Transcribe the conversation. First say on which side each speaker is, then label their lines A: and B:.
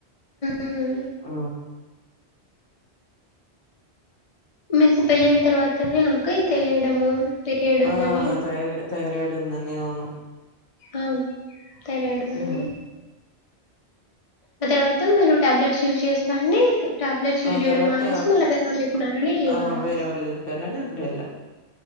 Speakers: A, on the left; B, on the left.
A: హ్మ్.
B: ఆ
A: మీకు పెళ్ళన తర్వాతనేనా అక్క ఇది తెలియడము పీరియడ్ ఉందని.
B: ఆ తై తైరయిడ్ ఉందని ఆవును
A: అవును థైరాయిడ్ ఉందని
B: ఉమ్
A: ఆ తర్వాత మీరు టాబ్లెట్స్ యూజ్ చేస్తండి టాబ్లెట్స్ యూజ్
B: ఆ
A: చేయడం
B: తర్వాత
A: అనేసి మళ్ళా వేరేవాళ్లు చెప్పినారని వెళ్ళినారా
B: ఆ వేరే వాళ్ళు చెప్పారని అప్పుడెళ్ళ